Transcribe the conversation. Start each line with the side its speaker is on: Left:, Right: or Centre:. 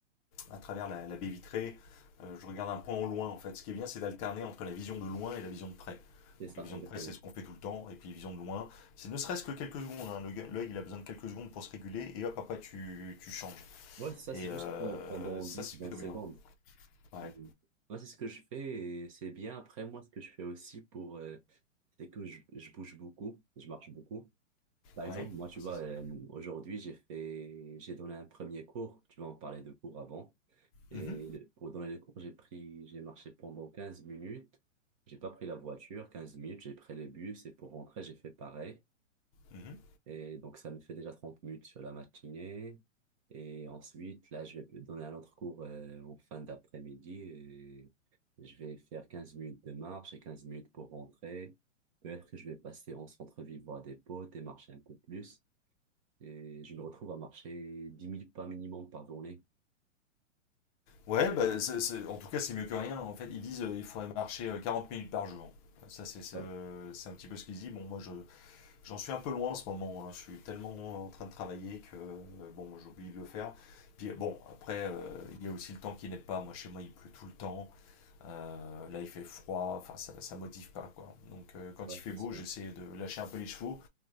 Left: à travers la, la baie vitrée. Euh, je regarde un point au loin en fait. Ce qui est bien, c'est d'alterner entre la vision de loin et la vision de près.
Right: C'est
Left: Donc
Right: ça,
Left: la vision
Right: exactement.
Left: de près, c'est ce qu'on fait tout le temps, et puis vision de loin, c'est ne serait-ce que quelques secondes. hein. L'œil, il a besoin de quelques secondes pour se réguler, et hop, après, tu, tu changes.
Right: Ouais, c'est ça,
Left: Et
Right: c'est juste
Left: euh,
Right: pour- pendant
Left: ça,
Right: dix
Left: c'est
Right: vingt
Left: plutôt
Right: secondes.
Left: bien. Ouais,
Right: Mhm. Moi, c'est ce que je fais et c'est bien. Après, moi, ce que je fais aussi pour, euh, c'est que je, je bouge beaucoup, je marche beaucoup. Par exemple,
Left: ouais,
Right: moi, tu
Left: Ah, ça
Right: vois,
Left: c'est
Right: euh,
Left: bien.
Right: aujourd'hui, j'ai fait, j'ai donné un premier cours. Tu vois, on parlait de cours avant. Et
Left: Mhm,
Right: le- pour donner les cours, j'ai pris, j'ai marché pendant 15 minutes. J'ai pas pris la voiture, 15 minutes, j'ai pris le bus et pour rentrer, j'ai fait pareil.
Left: mhm.
Right: Et donc, ça me fait déjà 30 minutes sur la matinée. Et ensuite, là, je vais donner un autre cours euh, en fin d'après-midi et je vais faire 15 minutes de marche et 15 minutes pour rentrer. Peut-être que je vais passer en centre-ville voir des potes et marcher un peu plus. Et je me retrouve à marcher dix 000 pas minimum par journée.
Left: Ouais, bah, c'est- c'est- en tout cas, c'est mieux que rien. En fait, ils disent euh, il faudrait marcher euh, 40 minutes par jour. Ça, c'est c'est,
Right: Ouais,
Left: euh, c'est un petit peu ce qu'ils disent. Bon, moi, je, J'en suis un peu loin en ce moment. hein. Je suis tellement en train de travailler que euh, bon, j'oublie de le faire. Puis euh, bon, après, euh, il y a aussi le temps qui n'est pas. Moi, chez moi, il pleut tout le temps. Euh, là, il fait froid. Enfin, ça, ça motive pas quoi. Donc, euh, quand
Right: ouais,
Left: il fait
Right: c'est
Left: beau,
Right: sûr.
Left: j'essaie de lâcher un peu les chevaux.